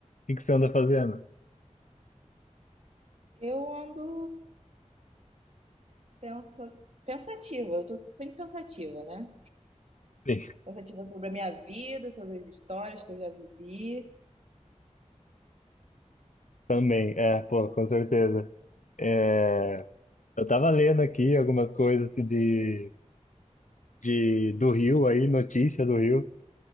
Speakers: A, on the left (about 80°); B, on the right (about 60°).
A: que que você anda fazendo?
B: Eu ando pensa- pensativa, eu tô sempre pensativa, né?
A: Sim,
B: Pensativa sobre a minha vida, sobre as histórias que eu já vivi.
A: também, é, pô, com certeza. É, eu tava lendo aqui algumas coisas de, de, do Rio aí, notícia do Rio,